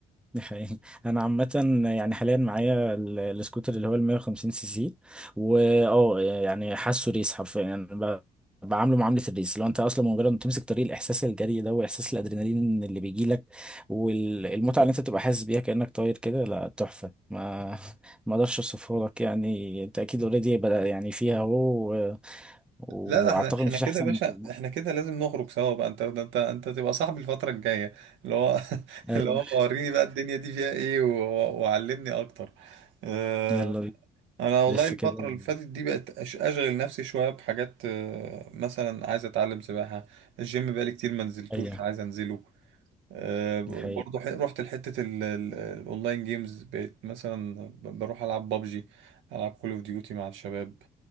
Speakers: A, in the centre; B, on the right (about 75°).
A: دي حقيقة أنا عامة يعني حاليا معايا ال- السكوتر اللي هو ال 150 سي سي واه يعني حاسه ريس حرفيا يعني ب- بعامله معاملة الريس لو أنت أصلا مجرد ما تمسك طريق الإحساس الجري ده وإحساس الأدرينالين اللي بيجيلك والمتعة اللي أنت بتبقى حاسس بيها كأنك طاير كده لا تحفة ما <laughs> ما أقدرش أوصفها لك يعني أنت أكيد أوريدي بدأ يعني فيها أهو و- وأعتقد
B: لا لا احنا احنا
A: مفيش
B: كده
A: أحسن
B: يا باشا
A: من كده
B: احنا كده لازم نخرج سوا بقى انت انت انت تبقى صاحبي الفترة الجاية اللي هو <laughs>
A: أيوة.
B: اللي هو وريني بقى الدنيا دي فيها ايه و- وعلمني اكتر اه
A: يلا بينا
B: انا والله
A: نلف
B: الفترة
A: كده
B: اللي فاتت دي بقت أش- اشغل نفسي شوية بحاجات اه، مثلا عايز اتعلم سباحة الجيم بقالي كتير ما نزلتوش
A: أيوه
B: عايز انزله اه،
A: دي حقيقة
B: برضه ح- رحت لحتة ال- ال- الاونلاين جيمز بقيت مثلا ب- بروح العب بابجي العب كول اوف ديوتي مع الشباب